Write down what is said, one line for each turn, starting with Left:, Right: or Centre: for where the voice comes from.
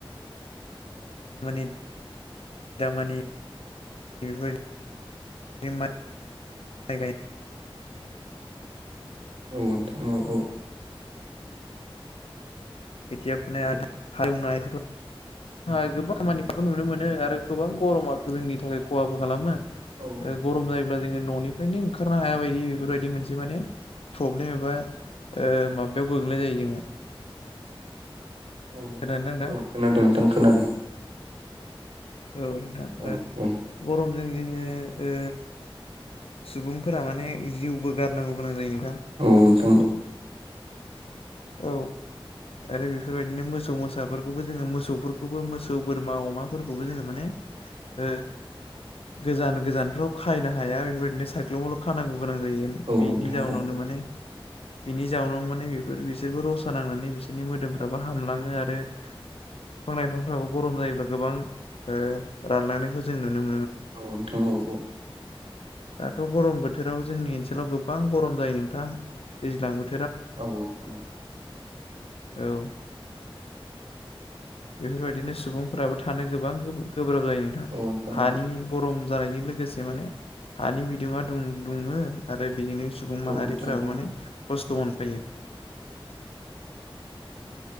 Left: मानि दामानि बेफोर <unintelligible> <unintelligible>
Right: औ नोंथां औ औ
Left: <unintelligible> हाय गोबां खामानिफोरखौ नुनो मोनो आरो गोबां गरमा जोंनि थाखाय खहाबो खालामो। ओ
Right: औ
Left: गरम जायोब्ला जोङो न'नि फ्रायनो ओंखारनो हाया बायदि बेफोरबायदि मोनसे माने प्रब्लेम एबा ओ माबायाव गोग्लैनाय जायो जोङो।
Right: औ
Left: खोनादोंना नोंथां?
Right: औ खोनादों नोंथां खोनादों।
Left: औ नोंथां
Right: औ
Left: ओ
Right: औ
Left: गरमजों जोङो ओ सुबुंफोरा माने जिउबो गारनांगौ गोनां जायो। नोंथां।
Right: औ ओनथां औ
Left: औ आरो बेफोर बायदिनो मोसौ मोसाफोरखौबो जोङो मोसौफोरखौबो मोसौ बोरमा अमाफोरखौबो जोङो माने ओ गोजान गोजानफ्राव खाहनो हाया बेफोरदिनो साइख्लुमावल' खानांगौ गोनां जायो
Right: औ
Left: बिनि
Right: नोंथां
Left: जाउनावनो
Right: औ
Left: माने बिनि जाउनावनो माने बिफोर बिसोर बिसोरबो रसा नांनानै बिसोरनि मोदोमफ्राबो हामलाङो आरो बिफां लाइफांफ्राबो गरम जायोब्ला गोबां ओ रानलांनायखौ जों नुनो मोनो।
Right: औ नोंथां औ औ
Left: दाथ' गरम बोथोराव जोंनि ओनसोलाव गोबां गरम जायो नोंथां दैज्लां बोथोर
Right: औ नोंथां औ
Left: औ बेफोर बायदिनो सुबुंफोराबो थानो गोबां गोब्राब जायो नोंथां
Right: औ
Left: हानि
Right: औ
Left: गरम जानायजों लोगोसे माने हानि बिदुङा दुं-दुङो नाथाय बिजोंनो सुबुं माहारिफ्राबो
Right: नोंथां औ
Left: माने खस्थ' मोनफायो।